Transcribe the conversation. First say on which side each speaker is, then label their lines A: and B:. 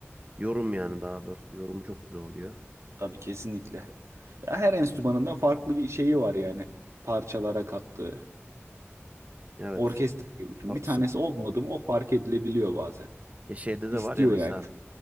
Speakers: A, on the right (about 30°); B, on the right (about 85°).
A: Yorum yani daha doğrusu yorumu çok güzel oluyor.
B: Tabii kesinlikle. Ya her enstrümanın da farklı bir şeyi var yani parçalara kattığı.
A: Evet,
B: Orkestra gibi düşün.
A: haklısın.
B: Bir tanesi olmadı mı o fark edilebiliyor bazen.
A: E şeyde
B: İstiyor
A: de var ya mesela
B: yani.